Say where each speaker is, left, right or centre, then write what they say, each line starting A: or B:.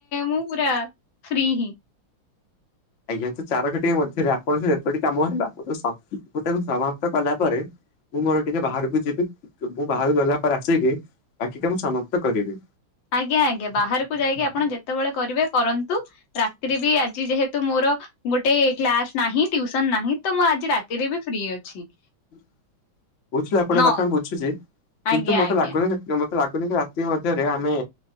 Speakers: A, on the left; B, on the left.
A: ମୁଁ ପୁରା ଫ୍ରି ହିଁ
B: ଆଜ୍ଞା, ତ ଚାର କଟି ମଧ୍ୟରେ ଆପଣ ଯେତୋଟି କାମ ଅଛି ତାକୁ ତ ସବୁତକ ସମାପ୍ତ କଲା ପରେ ମୁଁ ମୋର <unintelligible> ସମାପ୍ତ କରିବି।
A: ଆଜ୍ଞା, ଆଜ୍ଞା, ବାହାରକୁ ଯାଇକି ଆପଣ ଯେତେବେଳେ କରିବେ କରନ୍ତୁ ରାତିିରେ ବି ଆଜି ଯେହେତୁ ମୋର ଗୋଟେ କ୍ଲାସ ନାହିଁ, ଟ୍ୟୁସନ ନାହିଁ, ତ ମୁଁ ଆଜି ରାତିରେ ବି ଫ୍ରି ଅଛି।
B: <inaudible> ବୁଝ ଆପଣଙ୍କ
A: ନ
B: କଥା ମୁଁ ବୁଝୁଛି, କିନ୍ତୁ
A: ଆଜ୍ଞା
B: ମତେ
A: ଆଜ୍ଞା
B: ଲାଗୁନ ମତେ ଲାଗୁନି କି ରାତି ମଧ୍ୟରେ ଆମେ